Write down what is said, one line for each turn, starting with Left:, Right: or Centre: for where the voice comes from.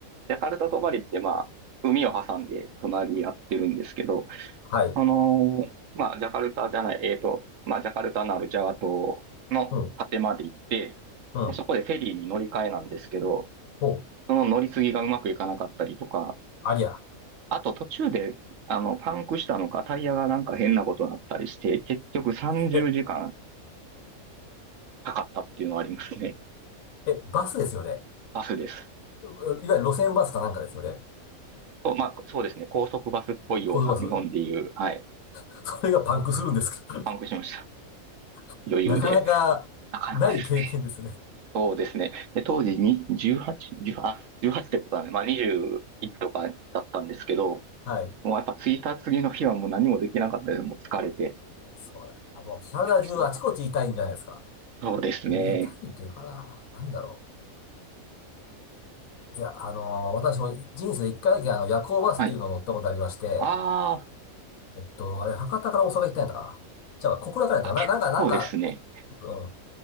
Right: ジャカルタとバリってまあ、海を挟んで隣り合ってるんですけど、
Left: はい。
Right: あのーまあ、ジャカルタじゃない、えっと、まあ、ジャカルタのあるジャワ島の果てまで行って、
Left: うん。うん。
Right: で、そこでフェリーに乗り換えなんですけど、
Left: お、
Right: その乗り継ぎがうまくいかなかったりとか、
Left: ありゃ。
Right: あと途中で、あの、パンクしたのか、タイヤがなんか変なことになったりして、結局30時間
Left: え、
Right: かんかかったっていうのはありますね。
Left: え、バスですよね。
Right: バスです。
Left: ういわゆる路線バスかなんかですよね。
Right: そうまあ、そうですね。高速バスっぽいような、
Left: 高速バス。
Right: 日本でいう、はい、
Left: <laughs> それがパンクするんですか
Right: パンクしました。
Left: <laughs>
Right: 余裕で。
Left: なかなかない経験ですね。
Right: なかなかですね。そうですね。で、当時に18、18、あ、1ってことだねまあ21とかだったんですけど、
Left: はい。
Right: もうやっぱ着いた次の日はもう何もできなかったです。もう疲れて。
Left: そうだ。もう体中あちこち痛いんじゃないですか。
Right: いや、しんどかった。そうですね。
Left: い痛いっていうのかな。なんだろう。いや、あのー私も人生で一回だけあの夜行バスっていうのを乗ったことありまして、
Right: はい。あー、
Left: えっと、あれ、博多から大阪行ったんやったかな。じゃあ、小倉からやったかな。
Right: あ、結構ですね。
Left: なんか、なんか、うん、